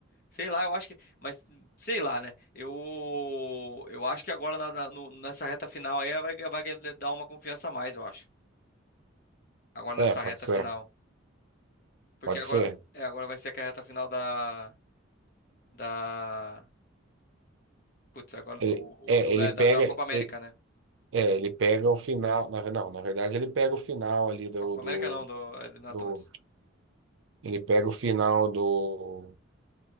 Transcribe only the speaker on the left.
Sei lá, eu acho que. Mas, sei lá, né? Eu, eu acho que agora na- na- no- nessa reta final aí vai, vai dar uma confiança a mais, eu acho. Agora
nessa
reta
final. Porque
agora,
é, agora vai ser a reta final da, da, putz, agora
do,
do,
é, da,
da Copa América,
né?
Copa
América não, do é, eliminatórias.